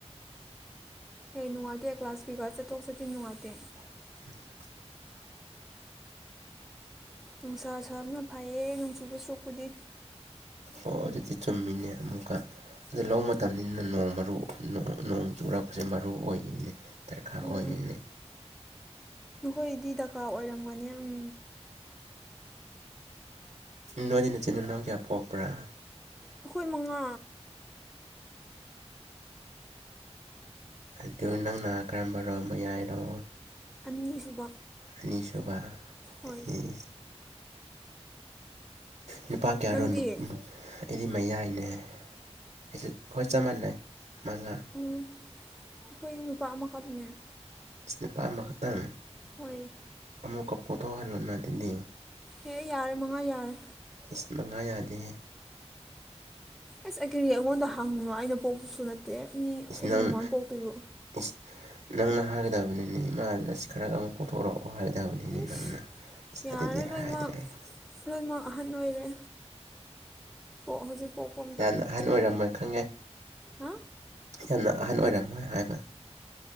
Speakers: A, in the centre; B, on the right.
A: ꯍꯦ ꯅꯨꯡꯉꯥꯏꯇꯦ ꯀ꯭ꯂꯥꯁ ꯀꯔꯤ ꯀꯥ ꯆꯠꯊꯣꯛ ꯆꯠꯁꯤꯟ ꯅꯨꯡꯉꯥꯏꯇꯦ꯫
B: <unintelligible>
A: ꯅꯨꯡꯁꯥ ꯁꯥꯕꯅ ꯐꯩꯌꯦ ꯅꯣꯡ ꯆꯨꯗꯧ ꯁꯔꯨꯛꯄꯨꯗꯤ
B: ꯑꯣ ꯑꯗꯨꯗꯤ ꯆꯨꯝꯃꯤꯅꯦ ꯑꯃꯨꯀꯥ ꯑꯗꯨ ꯂꯧꯕ ꯃꯇꯝꯅꯤꯅ ꯅꯣꯡ ꯃꯔꯨ ꯅꯣꯡ ꯆꯨꯔꯛꯄꯖꯦ ꯃꯔꯨ ꯑꯣꯏꯅꯤꯅꯦ ꯗꯔꯀꯥꯔ
A: ꯎꯝ
B: ꯑꯣꯏꯅꯤꯅꯦ
A: ꯅꯈꯣꯏꯗꯤ ꯗꯔꯀꯥꯔ ꯑꯣꯏꯔꯝꯒꯅꯤ ꯎꯝ
B: ꯅꯣꯏꯗꯤ ꯅꯆꯤꯟ ꯅꯅꯥꯎ ꯀꯌꯥ ꯄꯣꯛꯄ꯭ꯔꯥ
A: ꯑꯩꯈꯣꯏ ꯃꯉꯥ
B: ꯑꯗꯨ ꯅꯪꯅ ꯀꯔꯝꯕꯔꯣ ꯃꯌꯥꯏꯔꯣ
A: ꯑꯅꯤꯁꯨꯕ
B: ꯑꯅꯤꯁꯨꯕꯥ
A: ꯍꯣꯏ
B: ꯎꯝ ꯅꯨꯄꯥ ꯀꯌꯥꯔꯣ
A: ꯅꯪꯗꯤ
B: <unintelligible> ꯑꯩꯗꯤ ꯃꯌꯥꯏꯅꯦ ꯑꯩꯁꯨ ꯈꯣꯏ ꯆꯞ ꯃꯥꯟꯅꯩ ꯃꯉꯥ
A: ꯎꯝ ꯑꯩꯈꯣꯏ ꯅꯨꯄꯥ ꯑꯃꯈꯛꯇꯅꯦ
B: ꯏꯁ ꯅꯨꯄꯥ ꯑꯃꯈꯛꯇꯪ
A: ꯍꯣꯏꯌꯦ
B: ꯑꯃꯨꯛꯀ ꯄꯨꯊꯣꯛꯍꯜꯂꯣꯅꯥ ꯑꯗꯨꯗꯤ
A: ꯍꯦ ꯌꯥꯔꯦ ꯃꯉꯥ ꯌꯥꯔꯦ
B: ꯏꯁ ꯃꯉꯥ ꯌꯥꯗꯦꯍꯦ
A: ꯑꯁ ꯑꯩ ꯀꯔꯤ ꯑꯩꯉꯣꯟꯗ ꯍꯪꯕ꯭ꯔꯣ ꯑꯩꯅ ꯄꯣꯛꯄꯁꯨ ꯅꯠꯇꯦ ꯃꯤ
B: ꯏꯁ
A: ꯑꯩ
B: ꯅꯪ
A: ꯃꯃꯥꯅ ꯄꯣꯛꯇꯣꯏꯕꯨ
B: ꯏꯁ ꯅꯪꯅ ꯍꯥꯏꯒꯗꯕꯅꯤꯅꯦ ꯏꯃꯥꯗ ꯏꯁ ꯈꯔꯒ ꯑꯃꯨꯛ ꯄꯣꯛꯊꯣꯔꯣꯛ ꯑꯣ ꯍꯥꯏꯇꯥꯕꯅꯤꯅꯦ
A: ꯏꯁ
B: ꯅꯪꯅ ꯏꯁ
A: ꯌꯥꯔꯦ
B: ꯑꯗꯨꯗꯤ
A: ꯂꯣꯏꯃꯛ
B: ꯍꯥꯏꯗ꯭ꯔꯒ
A: ꯂꯣꯏꯃꯛ ꯑꯍꯟ ꯑꯣꯏꯔꯦ ꯄꯣ ꯍꯧꯖꯤꯛ ꯄꯣꯛꯄ ꯃꯇꯝ
B: ꯌꯥꯝꯅ
A: ꯅꯠꯇ꯭ꯔꯦ
B: ꯑꯍꯟ ꯑꯣꯏꯔꯝꯃꯣꯏ ꯈꯪꯉꯦ
A: ꯍꯥ
B: ꯌꯥꯝꯅ ꯑꯍꯟ ꯑꯣꯏꯔꯝꯃꯣꯏ ꯍꯥꯏꯕ